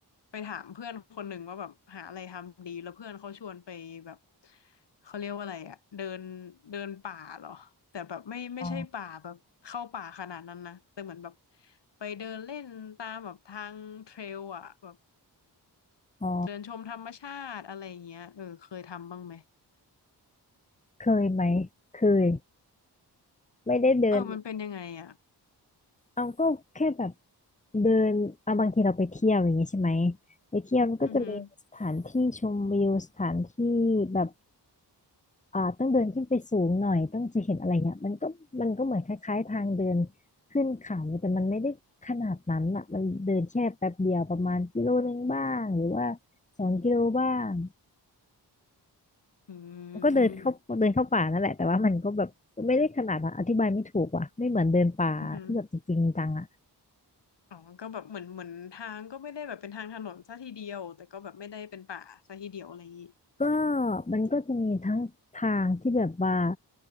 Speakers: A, on the left (about 85°); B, on the left (about 15°).
A: ไปถามเพื่อนคนหนึ่งว่าแบบหาอะไรทำดีแล้วเพื่อนเขาชวนไปแบบเขาเรียกว่าอะไรอะเดินเดินป่าเหรอแต่แบบไม่ไม่ใช่ป่าแบบเข้าป่าขนาดนั้นนะแต่เหมือนแบบ
B: อ๋อ
A: ไปเดินเล่นตามแบบทางเทรลอะแบบ
B: อ๋อ
A: เดินชมธรรมชาติอะไรอย่างเงี้ยเออเคยทำบ้างไหม
B: เคยไหมเคยไม่ได้เดิน
A: เออมันเป็นยังไงอะ
B: เอาก็แค่แบบเดินเอาบางทีเราไปเที่ยวอย่างงี้ใช่ไหมไปเที่ยวมันก็จะมีสถานที่ชมวิวสถานที่แบบ
A: อือหือ
B: อ่าต้องเดินขึ้นไปสูงหน่อยต้องจะเห็นอะไรเงี้ยมันก็มันก็เหมือนคล้ายๆทางเดินขึ้นเขา่แต่มันไม่ได้ขนาดนั้นอ่ะมันเดินแค่แป๊บเดียวประมาณกิโลนึงบ้างหรือว่าสองกิโลบ้าง
A: อื
B: มันก็เดินเข้าเดินเข้าป่านั่นแหละแต่ว่ามันก็แบบไม่ได้ขนาดนั้นอธิบายไม่ถูกว่ะไม่เหมือนเดินป่าที่แบบจริงๆจังอ่ะ
A: มอือหือ อ๋อก็แบบเหมือนเหมือนทางก็ไม่ได้แบบเป็นทางถนนซะทีเดียว แต่ก็แบบไม่ได้เป็นป่าซะทีเดียวอะไรอย่างงี้
B: ก็มันก็จะมีทั้งทางที่แบบว่า